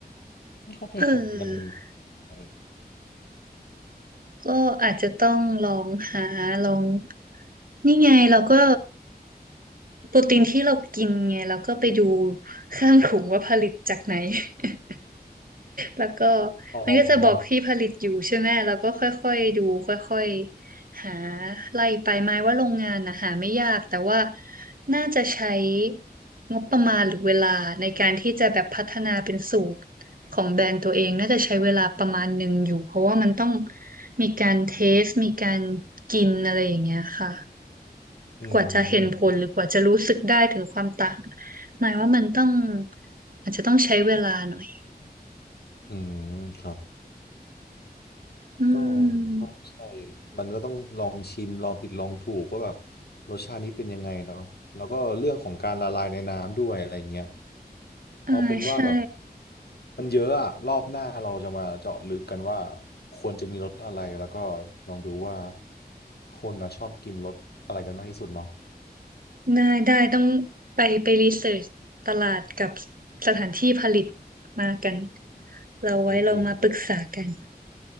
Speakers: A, on the left (about 75°); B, on the right (about 60°).
A: ่เขาไปหากัน
B: เออ
A: อะไร
B: ก็อาจจะต้องลองหาลองนี่ไงเราก็ โปรตีนที่เรากินไงเราก็ไปดูข้างถุงว่าผลิตจากไหน <laughs> แล้วก็
A: อ๋อ
B: มันก็จะบอกที่ผลิตอยู่ใช่ไหมเราก็ค่อยๆดูค่อยๆหาไล่ไปหมายว่าโรงงานนะหาไม่ยากแต่ว่าน่าจะใช้งบประมาณหรือเวลาในการที่จะแบบพัฒนาเป็นสูตรของแบรนด์ตัวเองน่าจะใช้เวลาประมาณหนึ่งอยู่เพราะว่ามันต้องมีการเทสมีการกินอะไรอย่างเงี้ยค่ะ
A: อืม
B: กว่าจะเห็นผลหรือกว่าจะรู้สึกได้ถึงความต่างหมายว่ามันต้องอาจจะต้องใช้เวลาหน่อย
A: อืมครับ
B: อืม
A: ก็ก็ใช่มันก็ต้องลองชิมลองผิดลองถูกว่าแบบรสชาตินี้เป็นยังไงเนาะแล้วก็เรื่องของการละลายในน้ำด้วยอะไรเงี้ย
B: อ่าใช่
A: เอาเป็นว่าแบบมันเยอะอะรอบหน้าเราจะมาเจาะลึกกันว่าควรจะมีรสอะไรแล้วก็ลองดูว่าคนนะชอบกินรสอะไรกันมากที่สุดเนาะ
B: ได้ได้ต้องไปไปรีเสิร์ชตลาดกับสถานที่ผลิตมากันเราไว้เรามาปรึกษากัน
A: โอเคครับ